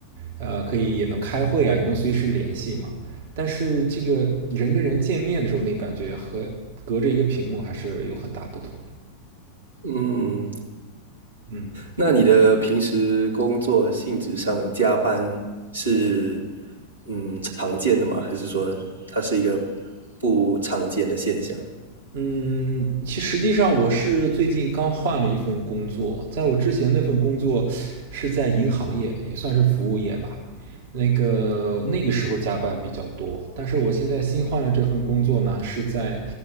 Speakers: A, on the right; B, on the right.
A: 呃，可以也能开会啊，也能随时联系嘛。但是这个人跟人见面的时候，那感觉和隔着一个屏幕还是有很大不同的。
B: 嗯，
A: 嗯
B: 那你的平时工作性质上加班是嗯常见的吗？还是说它是一个不常见的现象？
A: 嗯，其实实际上我是最近刚换了一份工作，在我之前那份工作是在银行业，也算是服务业吧。那个那个时候加班比较多，但是我现在新换了这份工作呢，是在，